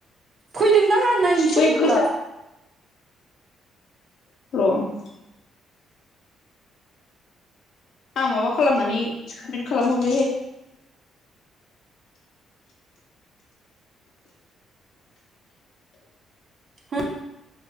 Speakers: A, on the right; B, on the left.
A: फैदोंदां आं नायनोसो
B: बै
A: रोंला
B: गोजा र' आं माबा खालामनानै साबमिट खालामहरबायहाय
A: हा